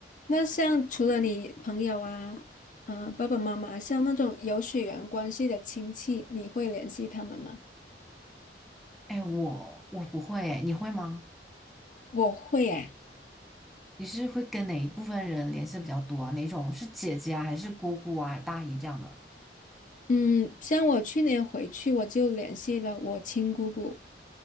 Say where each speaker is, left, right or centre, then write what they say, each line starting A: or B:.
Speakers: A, on the left (about 45°); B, in the centre.
A: 那像除了你朋友啊，嗯、爸爸妈妈，像那种有血缘关系的亲戚，你会联系他们吗？
B: 哎，我我不会诶，你会吗？
A: 我会诶，
B: 你是会跟哪一部分人联系比较多啊？哪种是姐姐啊，还是姑姑啊、大姨这样的？
A: 嗯，像我去年回去，我就联系了我亲姑姑。